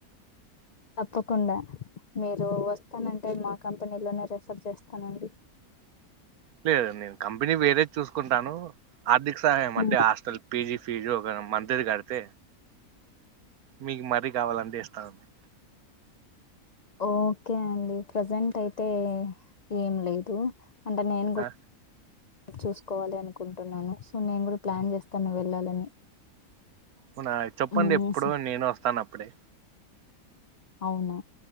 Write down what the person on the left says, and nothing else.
తప్పకుండా మీరు వస్తానంటే మా కంపెనీలోనే రెఫర్ చేస్తానండి
ఉమ్,
ఓకే అండి ప్రజెంట్ అయితే ఏం లేదు అంటే నేను గు
చూసుకోవాలి అనుకుంటున్నాను సో నేను గూడా ప్లాన్ చేస్తన్న వెళ్ళాలని
మ్మ్ స
అవునా